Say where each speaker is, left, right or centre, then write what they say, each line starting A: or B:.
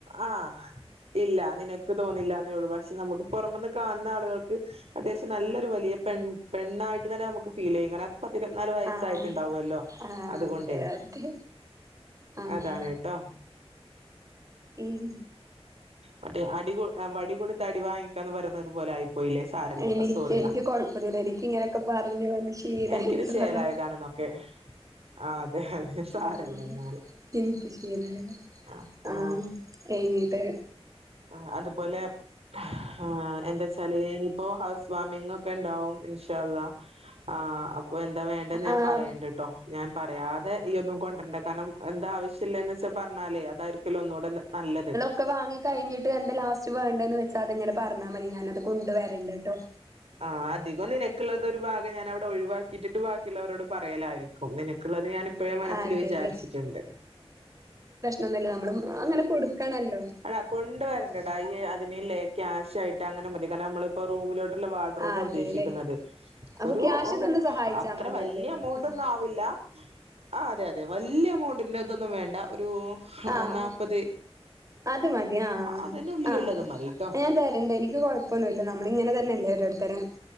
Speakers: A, on the right (about 70°); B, on the right (about 30°).
A: ആഹ് ഇല്ല നിനക്ക് തോന്നില്ല എന്നേ ഉള്ളൂ പക്ഷെ നമുക്ക് പുറമൊന്ന് കാണുന്ന ആളുകൾക്ക് അത്യാവശ്യം നല്ലൊരു വലിയ പെൺ പെണ്ണായിട്ട് തന്നെ നമുക്ക് ഫീൽ ചെയ്യും കാ പത്തി ഇരുപത്‌നാല് വയസ്സായിട്ടുണ്ടാവല്ലോ
B: ആഹ് ആഹ്
A: അതുകൊണ്ടേ
B: അതെ അതെ ആഹ്
A: അതാണ് കേട്ടോ
B: ഉം
A: മറ്റേ അടി വടി കൊടുത്ത അടി വാങ്ങി ന്ന് പറയുന്നതു പോലെ ആയി പോയില്ലേ സാരല്ലാട്ടോ
B: എനിക്ക്
A: സോറിയടാ
B: എനിക്ക് കൊഴപ്പൊന്നുല്ല എനിക്ക് ഇങ്ങനെയൊക്കെ പറഞ്ഞ് പറഞ്ഞ് ശീലായിട്ടുള്ളതാ
A: എനിക്കിത് ചേലായതാണെന്നൊക്കെ ആ അതെ അതെ സാരല്ല
B: ആഹ്
A: എന്നാല്
B: എനിക്ക് ശീലായത്
A: അപ്പൊ
B: ആഹ് എന്നീട്ട്
A: ആ അതുപോലെ ആ എന്താച്ചാല് ഇനി ഇപ്പോ ഹൗസ് വാമിംഗ് ഒക്കെ ഉണ്ടാവും ഇൻഷാ അള്ളാഹ് അപ്പ എന്താ വേണ്ടന്ന്
B: ആഹ്
A: ഞാൻ പറയേണ്ട കേട്ടോ ഞാൻ പറയാതെ ഈ ഒന്നും കൊണ്ട്രണ്ട കാരണം എന്താ ആവശ്യം ശ്യള്ളെ വെച്ചാ പറഞ്ഞാലേ അതായിരിക്കല്ലോ ഒന്നുകൂടെ നല്ലത്
B: ഒക്കെ വാങ്ങി കഴിഞ്ഞിട്ട് എന്താ ലാസ്റ്റ് വേണ്ടന്ന് വെച്ചാ അത് ഇങ്ങനെ പറഞ്ഞാ മതി ഞാനത് കൊണ്ട് വരണ്ട് കേട്ടോ
A: ആഹ് അധികം നിനക്കുള്ളത് ഒരു ഭാഗം ഞാനൻ അവിടെ ഒഴിവാക്കിയിട്ടിട്ട് ബാക്കി ബാക്കിയുള്ളവരോട് പറയലായിരിക്കും നിനക്കുള്ളത് ഞാനിപ്പോഴേ മനസ്സിൽ
B: അതെല്ലേ
A: വിചാരിച്ചിട്ടുണ്ട്
B: നന്നല്ല നമ്മളും അങ്ങനെ കൊടുക്കണല്ലോ
A: അടാ കൊണ്ട് വരണ്ടടാ ഈ അതിനല്ലേ ക്യാഷ് ആയിട്ട് അങ്ങനെ മതി കാരണം നമ്മളിപ്പോ റൂമിലോട്ട് ക്ക്ള്ള വാഡ്റോപ
B: ആഹ് അതെല്ലേ
A: ഉദ്ദേശിക്കുന്നത്
B: അപ്പൊ
A: ഒരു
B: ക്യാഷ് തന്ന് സഹായിച്ചാ
A: അത്ര
B: മതിയല്ലേ
A: വല്യ എമൗണ്ട്
B: ആഹ്
A: ഒന്നും ആവില്ല ആ അതെ അതെ വല്യയ എമൗണ്ടിന്റെ ഇതൊന്നും വേണ്ട ഒരു
B: ആഹ്
A: നാല്പത്
B: അത് മതി ആ
A: അതിനുള്ളിലുള്ളത്
B: ആ
A: മതിട്ടോ
B: ഞാൻ തരണ്ട് എനിക്ക് കൊഴപ്പ പ്പൊന്നുല്ല നമ്മള് ഇങ്ങനെ തന്നെല്ലേ ഓരോരുത്തരെ